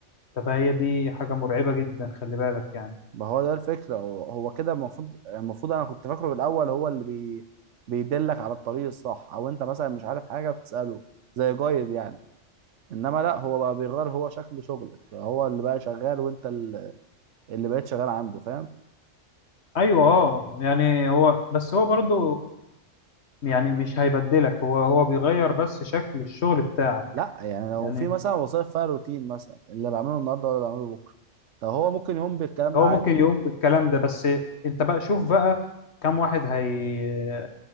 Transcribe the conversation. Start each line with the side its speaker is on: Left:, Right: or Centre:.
Left: فهي دي حاجة مرعبة جدا خلي بالك يعني
Right: ما هو ده الفكره هو هو كده المفروض المفروض انا كنت فاكره بالاول هو اللي بي بيدلك على الطريق الصح او انت مثلا مش عارف حاجه بتساله زي جايد يعني انما لا هو بقى بيغير هو شكل شغلك هو اللي بقى شغال وانت ال- اللي بقيت شغال عنده فاهم
Left: ايوه اه يعني هو بس هو برضه يعني مش هيبدلك هو هو بيغير بس شكل الشغل بتاعك
Right: لا يعني لو
Left: يعني
Right: في مثلا وظائف فيها روتين مثلا اللي بعمله النهارده ولا بعمله بكره طب هو ممكن يقوم بالكلام
Left: هو
Right: ده عادي
Left: ممكن يقوم بالكلام ده بس انت بقى شوف بقى كم واحد هي